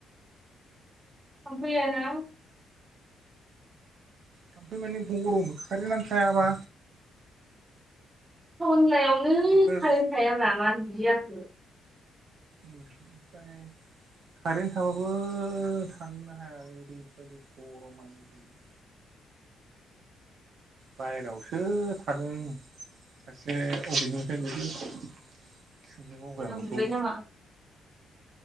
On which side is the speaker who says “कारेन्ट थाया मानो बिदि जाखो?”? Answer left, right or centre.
Right